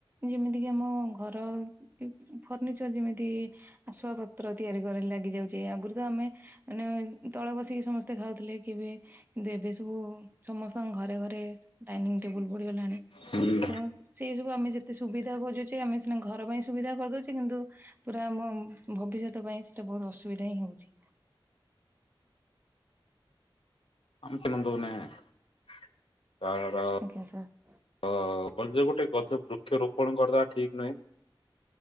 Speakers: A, on the right; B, on the left.
A: ଯେମିତି କିି ଆମ ଘର ଫର୍ଣ୍ଣିିଚର ଯେମିତି ଆସୁଆ ପତ୍ର ତିଆରି କରି ଲାଗି ଯାଉଛି ଆଗରୁ ତ ଆମେ ମାନେ ତଳ ବସିକି ସମସ୍ତେ ଖାଉଥିଲେ କେବେ ଦେବେ ସବୁ ସମସ୍ତଙ୍କ ଘରେ ଘରେ ଡାଇନିଂ ଟେବୁଲ ପଡିିଗଲାଣି।
B: ହୁଁ।
A: ଅ ସେ ସବୁ ଆମେ ଯେତେ ସୁବିଧା ଖୋଜୁଛେ ଆମେ ସିନା ଘର ପାଇଁ ସୁବିଧା କରିଦଉଛେ କିନ୍ତୁ ପୁରା ଆମ ଭବିଷ୍ୟତ ପାଇଁ ସେଟା ବହୁତ ଅସୁବିଧା ହିଁ ହେଉଛି।
B: <unintelligible> <unintelligible>
A: ଆଜ୍ଞା ସାର୍।
B: ଅ ଯ୍ବ ଗୋଟେ ଗଛ ବୃକ୍ଷରୋପଣ କରିଦବା ଠିକ ନାହିଁ।